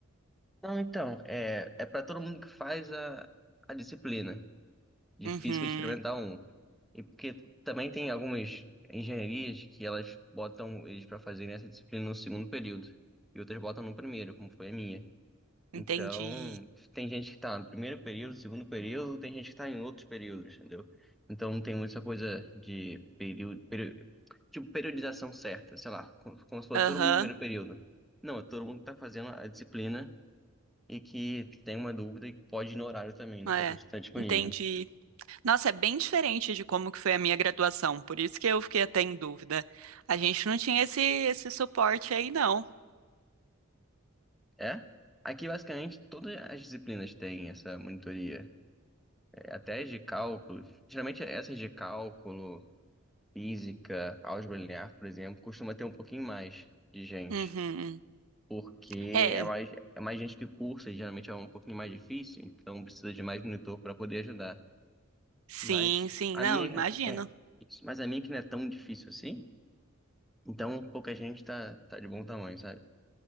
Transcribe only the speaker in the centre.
Não, então, é, é para todo mundo que faz a, a disciplina de
Física Experimental 1. E porque também tem algumas engenharias que elas botam eles para fazerem essa disciplina no segundo período e outras botam no primeiro, como foi a minha. Então,
tem gente que está no primeiro período, segundo período, tem gente que está em outros períodos, entendeu? Então, não tem muita coisa de período, período, tipo, periodização certa, sei lá, como, como se fosse
todo mundo no primeiro período. Não, é todo mundo que está fazendo a disciplina e que tem uma dúvida e pode ir no horário também, né,
que a gente está disponível.
É? Aqui, basicamente, todas as disciplinas têm essa monitoria. É, Até as de cálculo. Geralmente, essas de cálculo, física, álgebra linear, por exemplo, costuma ter um pouquinho mais de gente.
Porque
é mais, é mais gente que cursa, e geralmente é um pouquinho mais difícil, então precisa de mais monitor para poder ajudar.
Mas
a
minha
é isso. Mas a minha que não é tão difícil assim, então pouca gente tá, tá de bom tamanho, sabe?